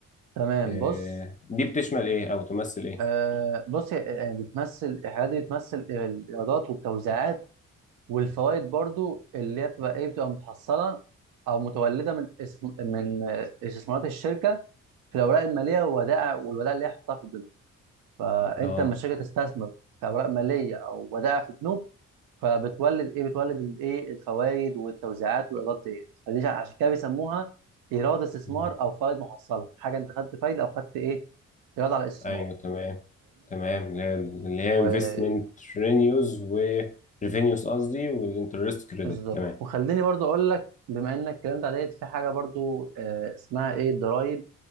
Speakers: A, on the right; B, on the left.
A: تمام
B: آه،
A: بص
B: دي بتشمل إيه أو تمثل إيه؟
A: آه بص يعني بتمثل الحاجات دي بتمثل الايرادات والتوزيعات والفوائد برضو اللي هي بتبقى ايه بتبقى متحصله او متولده من اسم من آه، استثمارات الشركه في الاوراق الماليه والودائع والودائع اللي هي حطها في البنوك فانت
B: آه
A: لما الشركه تستثمر في اوراق ماليه او ودائع في بنوك فبتولد ايه بتولد الايه الفوائد والتوزيعات والايرادات ديت فدي جا- عشان كده بيسموها ايراد استثمار
B: مم.
A: او فوائد محصله حاجه انت خدت فايده او خدت ايه ايراد على الاستثمار
B: أيوه تمام تمام اللي هي اللي هي
A: فاهمني
B: investment revenues و revenues قصدي والinterest credit
A: بالظبط
B: تمام
A: وخليني برضو اقول لك بما انك الكلام ده عليت في حاجه برضو آه، اسمها ايه الضرايب